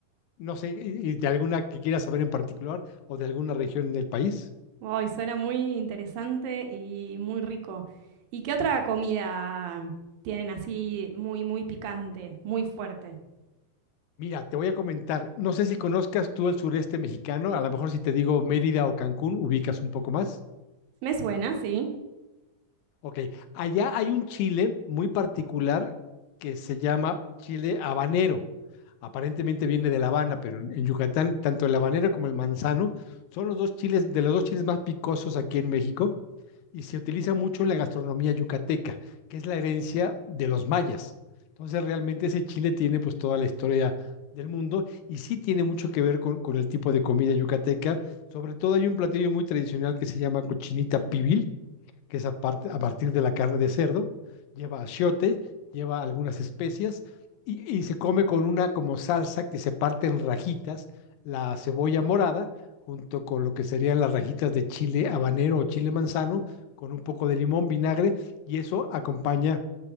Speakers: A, on the left; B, on the right.
A: No sé, y y de alguna que quieras saber en particular o de alguna región del país.
B: Wow, y suena muy interesante y muy rico. ¿Y qué otra comida tienen así muy, muy picante, muy fuerte?
A: Mira, te voy a comentar, no sé si conozcas tú el sureste mexicano, a lo mejor si te digo Mérida o Cancún, ubicas un poco más.
B: Me suena, sí.
A: Ok, allá hay un chile muy particular que se llama chile habanero. aparentemente viene de La Habana, pero en, en Yucatán, tanto el habanero como el manzano son los dos chiles, de los dos chiles más picosos aquí en México, y se utiliza mucho en la gastronomía yucateca, que es la herencia de los mayas. Entonces, realmente ese chile tiene pues toda la historia del mundo y sí tiene mucho que ver con, con el tipo de comida yucateca. Sobre todo hay un platillo muy tradicional que se llama cochinita pibil, que es a, parte, a partir de la carne de cerdo, lleva achiote, lleva algunas especias y, y se come con una como salsa que se parte en rajitas, la cebolla morada, junto con lo que serían las rajitas de chile habanero o chile manzano, con un poco de limón, vinagre, y eso acompaña